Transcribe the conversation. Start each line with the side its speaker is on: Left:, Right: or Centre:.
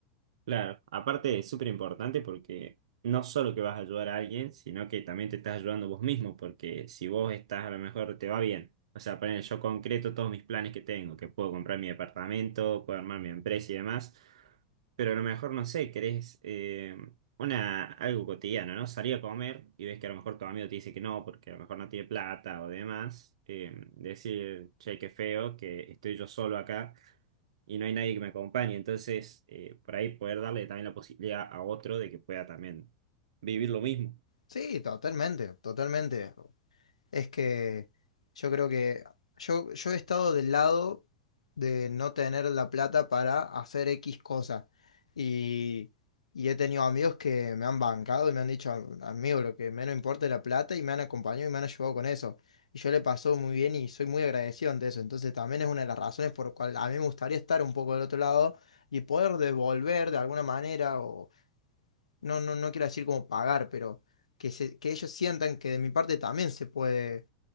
Right: Claro, aparte es súper importante porque no solo que vas a ayudar a alguien, sino que también te estás ayudando vos mismo, porque si vos estás a lo mejor te va bien. O sea, poner yo concreto todos mis planes que tengo, que puedo comprar mi departamento, puedo armar mi empresa y demás, pero a lo mejor no sé, querés eh, una, algo cotidiano, ¿no? Salir a comer y ves que a lo mejor tu amigo te dice que no, porque a lo mejor no tiene plata o demás, eh, decir, che, qué feo, que estoy yo solo acá y no hay nadie que me acompañe. Entonces, eh, por ahí poder darle también la posibilidad a otro de que pueda también vivir lo mismo.
Left: Sí, totalmente, totalmente. Es que yo creo que yo, yo he estado del lado de no tener la plata para hacer X cosa. Y, y he tenido amigos que me han bancado y me han dicho, amigo, lo que menos importa es la plata y me han acompañado y me han ayudado con eso. Y yo le pasó muy bien y soy muy agradecido ante eso. Entonces también es una de las razones por la cual a mí me gustaría estar un poco del otro lado y poder devolver de alguna manera o no, no, no quiero decir como pagar, pero que, se- que ellos sientan que de mi parte también se puede,